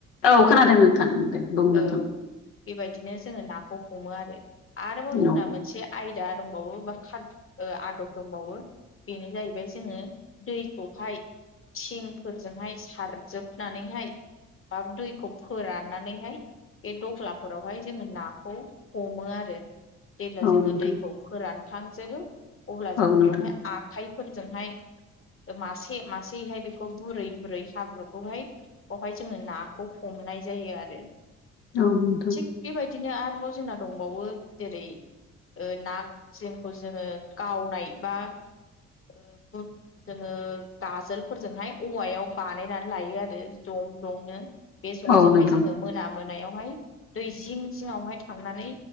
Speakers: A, on the left; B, on the left.
A: औ खोनादों नोंथां दे बुं नोंथां
B: औ बेबायदिनो जोङो नाखौ हमो आरो आरोबाव
A: औ
B: जोंना मोनसे आयदा दंबावो‌ बा खा ओ आदब दंबावो बेनो जाहैबाय जोङो दैखौहाय थिंफोरजोंहाय सारजोबनानैहाय बा दैखौ फोराननानैहाय बे दह्लाफोरावहाय जोङो नाखौ हमो आरो जेब्ला
A: औ
B: जोङो
A: नोंथां
B: दैखौ फोरानखांजोबो अब्ला जोङो
A: औ नोंथां
B: बेवहाय आखाइ फोरजोंहाय मासे मासेहाय बेखौ बुरै बुरै हाब्रुखौहाय बेहाय जोङो नाखौ हम नाय जायो आरो
A: औ नोंथां
B: थिग बेबायदिनो आरो बाव जोंना दंबावो जेरै ओ ना जे खौ जोङो गावनाय बा ओ जोङो गाजोलफोरजोंहाय औवायाव बानायनानै लायो आरो जं नो बे जंजोंहाय
A: औ नोंथां
B: जोङो मोना मोनायावहाय दै जिं जिङावहाय थांनानै